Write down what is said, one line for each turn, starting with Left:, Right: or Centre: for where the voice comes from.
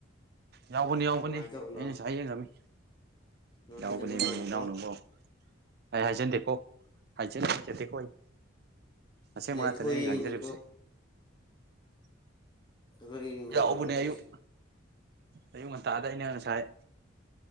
Right: ꯌꯥꯎꯕꯅꯤ ꯌꯥꯎꯕꯅꯦ
Left: ꯀꯃꯥꯏꯅ ꯇꯧꯕꯅꯣ
Right: ꯑꯩꯅꯁꯨ ꯍꯌꯦꯡ ꯉꯃꯤ
Left: ꯅꯪ
Right: ꯌꯥꯎꯕꯅꯦ
Left: ꯍꯥꯏꯖꯟꯕ
Right: ꯃꯤ
Left: ꯃꯥꯜꯂꯤꯀꯣ
Right: ꯏꯅꯥꯎꯅꯀꯣ ꯑꯩ ꯍꯥꯏꯖꯟꯈꯣ ꯍꯥꯏꯖ ꯍꯥꯏꯣ ꯃꯁꯦꯡ
Left: ꯁꯤꯗ
Right: ꯃ
Left: ꯑꯩ
Right: ꯉꯥꯛꯇꯅꯦ
Left: ꯊꯣꯛꯑ
Right: ꯑꯩꯅ
Left: ꯌꯦꯡꯉꯤꯅꯤꯀꯣ
Right: ꯉꯥꯡꯖꯔꯤꯕꯁꯦ
Left: ꯑ
Right: ꯌꯥꯎꯕꯅꯦ
Left: ꯌꯥ ꯀꯩꯁ
Right: ꯑꯌꯨꯛ ꯑꯌꯨꯛ ꯉꯟꯇꯥꯗ ꯑꯩꯅ ꯉꯁꯥꯏ